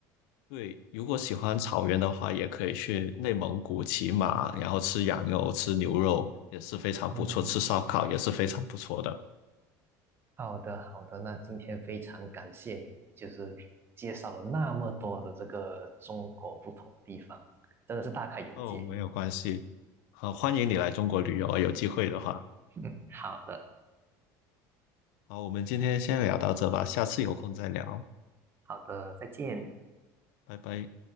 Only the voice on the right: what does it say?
嗯，
好的，好的，那今天非常感谢你，就是介绍了那么多的这个中国不同的地方，真的是大开眼界。
<laughs> 嗯，好的，
好的，再见。